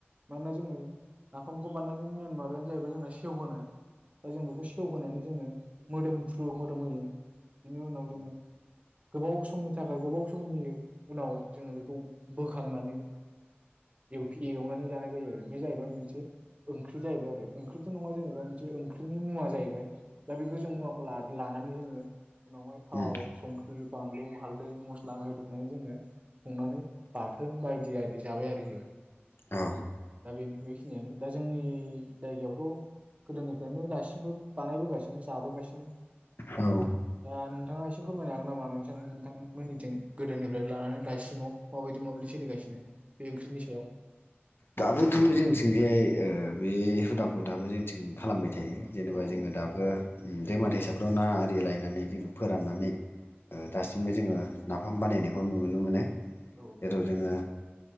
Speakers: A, on the right; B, on the left.
A: मानोना जोङो नाफामखौ बारनायनि मेन माबायानो जाहैबाय जोंना सेवहोनाय दा जों बेखौ सेवहोनानै जोङो मोदोमफ्रु मोदोम होयो बेनि उनाव जोङो गोबाव समनि थाखाय गोबाव समनि उनाव जोङो बेखौ बोखांनानै। एवफि एवनानै जानाय जायो आरो बे जाहैबाय मोनसे ओंख्रि जाहैबाय आरो ओंख्रिथ नङा जेनेबा मोनसे ओंख्रिनि मुवा जाहैबाय दा बे गोजौ मुवाखौ ला लानानै जोङो उनावहाय थाव
B: उम
A: संख्रि बानलु हाल्दै मस्ला होदेबनानै जोङो संनानै बाथोन बायदि आरि जाबाय आरोखि
B: औ
A: दा बेनि बेखिनियानो दा जोंनि जायगायावथ गोदोनिफ्रायनो दासिमबो बानायबोगासिनो जाबोगासिनो
B: औ
A: दा नोंथाङा एसे फोरमायनो हागोन नामा नों नोंथांमोननिथिं गोदोनिफ्राय लानानै दासिमाव माबायदि माबायदि सोलिगासिनो। बे ओंख्रिनि सायाव।
B: दाबोदुं जोंथिंजाय ओ बे हुदाखौ दाबो जोंथिं खालामबाय। थायो जेनेबा
A: औ
B: जोङो दाबो ओम दैमा
A: औ
B: दैसाफ्राव ना आरि लायनानै जोङो फोराननानै।
A: औ
B: ओ दासिमबो जोङो नाफाम बानायनायखौ नुनो मोनो।
A: औ
B: जेराव जोङो।